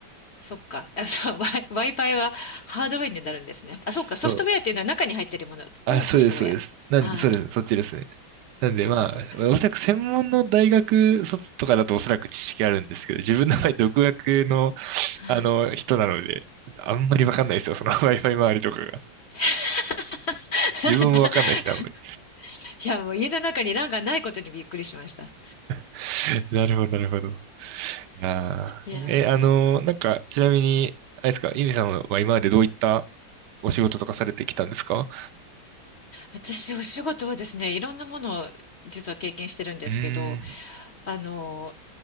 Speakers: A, on the left; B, on the right.
A: そっか。あ、そう、ワイ、Wi-Fi はハードウェアになるんですね。あ、そっか。ソフトウェアっていうのは中に入ってるものをソフトウェア。
B: そう。あ、そうです、そうです。なんで、
A: ああ、
B: そうです、そっちですね。なんでまあ、
A: そうかそうか。
B: おそらく専門の大学卒とかだとおそらく知識あるんですけど、自分の場合独学の、
A: はい。
B: あの、人なので、あんまりわかんないですよ、その <laughs> Wi-Fi 周りとかが。
A: <laughs>
B: 自分もわかんないですね、あんまり。
A: いや、もう家の中に欄がないことにびっくりしました。
B: <laughs> なるほど、なるほど。いやーえ、
A: いや、
B: あのーなんか、ちなみに、あれですか、ゆみさんは今までどういったお仕事とかされてきたんですか
A: 私、お仕事はですね、いろんなものを実は経験してるんですけど、
B: うーん。
A: あの、